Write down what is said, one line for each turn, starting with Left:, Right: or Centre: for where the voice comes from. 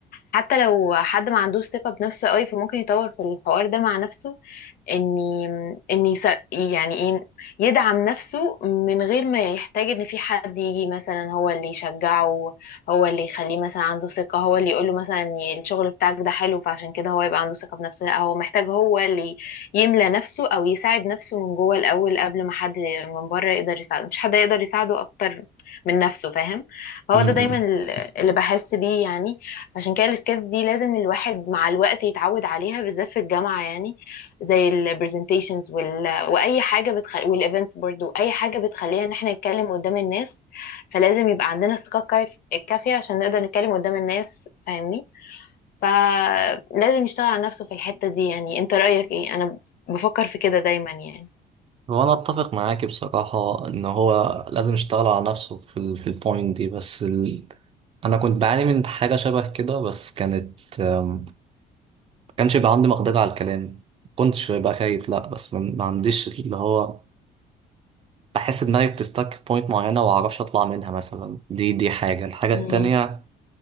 Left: حتى لو حد ما عندوش ثقة بنفسه قوي فممكن يطور في الحوار ده مع نفسه ان ان يس- يعني ايه يدعم نفسه من غير ما يحتاج ان في حد يجي مثلا هو اللي يشجعه هو اللي يخليه مثلا عنده ثقة هو اللي يقوله مثلا إن الشغل بتاعك ده حلو فعشان كده هو يبقى عنده ثقة بنفسه لا هو محتاج هو اللي يملى نفسه او يساعد نفسه من جوه الاول قبل ما حد من بره يقدر يساعده مش حد يقدر يساعده اكتر من نفسه فاهم فهو
Right: امم
Left: ده دايما اللي بحس بيه يعني عشان كده السكيلز دي لازم الواحد مع الوقت يتعود عليها بالذات في الجامعة يعني زي البرزنتيشنز وال... واي حاجه بتخلي والايفنتس برضو اي حاجه بتخلينا ان احنا نتكلم قدام الناس فلازم يبقى عندنا الثقه الكاف- الكافيه عشان نقدر نتكلم قدام الناس فاهمني فلازم يشتغل على نفسه في الحته دي يعني انت رايك ايه انا بفكر في كده دايما يعني
Right: هو أنا أتفق معاك بصراحة إن هو لازم يشتغل على نفسه في ال في البوينت دي بس ال... أنا كنت بعاني من حاجة شبه كده بس كانت آم، ما كانش يبقى عندي مقدرة على الكلام ما كنتش ببقى خايف لأ بس ما ما عنديش اللي هو بحس دماغي بتستك في بوينت معينة ومعرفش أطلع منها مثلا دي دي حاجة الحاجة التانية
Left: مم.